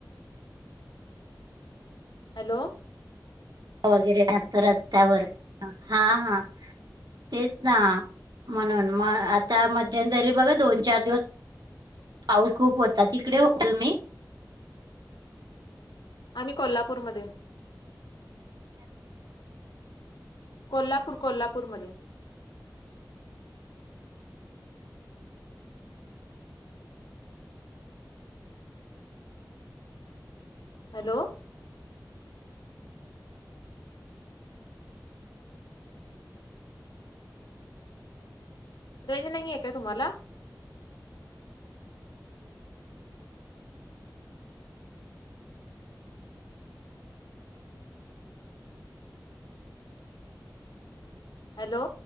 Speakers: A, on the left; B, on the right.
A: हॅलो?
B: वगैरे असत रस्त्यावर हा हा तेच ना म्हणून म आता मध्यंतरी बघा दोन, चार दिवस पाऊस खूप होता तिकडे होतो मी
A: आम्ही कोल्हापूरमध्ये कोल्हापूर, कोल्हापूरमध्ये. हॅलो! रेंज नाही आहे काय तुम्हाला? हॅलो!